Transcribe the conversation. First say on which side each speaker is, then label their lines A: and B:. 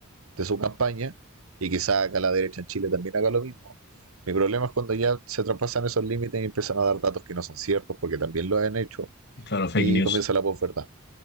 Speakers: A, on the right; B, on the left.
A: de su campaña y quizá acá la derecha en Chile también haga lo mismo. Mi problema es cuando ya se traspasan esos límites y empiezan a dar datos que no son ciertos, porque también lo han hecho,
B: Claro, fake
A: y
B: news.
A: comienza la posverdad.